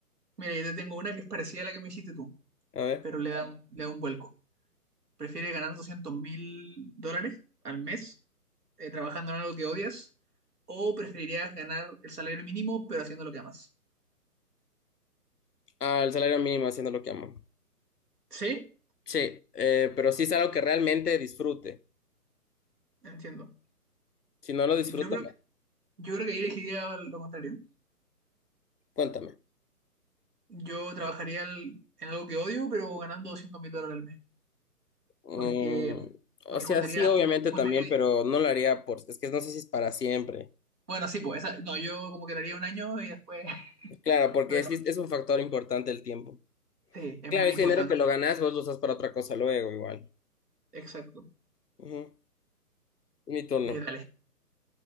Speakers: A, on the right; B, on the left.
A: Mira, yo te tengo una que es parecida a la que me hiciste tú,
B: a ver.
A: pero le da un, le da un vuelco. Prefiere ganar doscientos mil dólares al mes eh, trabajando en algo que odias, o preferirías ganar el salario mínimo, pero haciendo lo que amas.
B: Ah, el salario mínimo haciendo lo que amo.
A: Sí,
B: Sí, eh, pero sí es algo que realmente disfrute.
A: entiendo.
B: Si no lo disfruto,
A: Yo creo,
B: no.
A: yo creo que ahí elegiría lo contrario.
B: Cuéntame.
A: Yo trabajaría el- en algo que odio, pero ganando 200 mil dólares al mes.
B: Mm,
A: Porque, Mm,
B: o
A: porque
B: sea,
A: juntaría,
B: sí, obviamente
A: jun- juntaría-
B: también, pero no lo haría por, es que no sé si es para siempre.
A: Bueno, sí, pues, esa- no, yo como que lo haría un año y después <laughs>
B: Claro, porque
A: lo dejo.
B: sí es es un factor importante el tiempo.
A: Sí, es
B: Claro,
A: muy
B: ese
A: importante.
B: dinero que lo ganas, vos lo usas para otra cosa luego, igual.
A: Exacto.
B: Ujú. Mi turno.
A: Eh, dale.